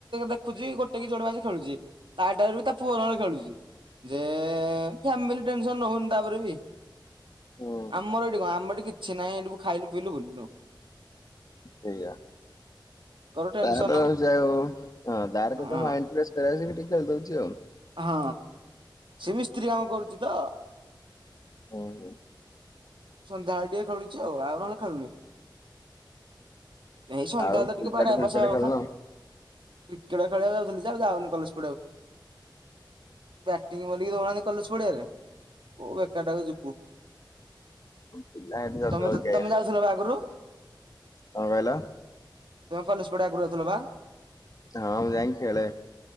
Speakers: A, on the right; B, on the left.
A: ଦେଖୁଛି ଗୋଟେ କି ଯୋଡ ମାେ ଖେଳୁଛି ତା ଟାଇ ବି ତା ପୁଅରରେ ଖେଳୁଛି। ଯେ ଫ୍ୟାମିଲି ଟେନସନ ନଉନି ତାପରେ ବି
B: ହୁଁ
A: ଆମର ଏଠି କଣ ଆମ ଏଠି କିଛି ନାହିଁ ଏଠିକୁ ଖାଇଲୁ ପିଇଲୁ ଭୁଲିଲୁ।
B: ସେଇଆ।
A: ଟେନସନ
B: ତାର ଯାଇ ହଁ ତାର
A: ହଁ
B: କେଥା ମାଇଣ୍ଡ ଫ୍ରେଶ କର ଦଉଛି ଆଉ।
A: ହଁ ସେ ମିସ୍ତ୍ରୀ କାମ କରୁଛି ତ
B: ଓହୋ।
A: ସନ୍ଧ୍ୟାବେଳେ ଟିକେ ଖେଳୁଛି ଆଉ ଆଉ ନହେଲେ ଖେଳୁନି। ଏଇ ସନ୍ଧ୍ୟାବେଳେ
B: ଆଉ
A: ତ
B: କ୍ରିକେଟ
A: ଟିକେ <unintelligible> କଥା
B: ଫ୍ରିକେଟ ଖେଳୁନ
A: କ୍ରିକେଟ ଖେଳକୁ ଯାଉଥିଲି ଯେ ଆଉ ଯାଉନି କଲେଜ ବ୍ୟାଟିଂ କରିବାକୁ ଦୋଉ ନାହାନ୍ତି କଲେଜ ପଡ଼ିଆରେ କାଇଁ ଖାଲିଟାରେ ଯିବୁ
B: ପିଲା ହେଠି ଜଗିବାକୁ
A: ତମେ
B: ଠିଆ
A: ତମେ
B: ହେଇଛନ୍ତି
A: ଯାଉଥିଲ ବା ଆଗରୁ?
B: କଣ କହିଲ?
A: ତୁମେ କଲେଜ ପଟେ ଆଗରୁ ଯାଉଥିଲ ବା
B: ହଁ ମୁଁ ଯାଇଁକି ଖେଳେ।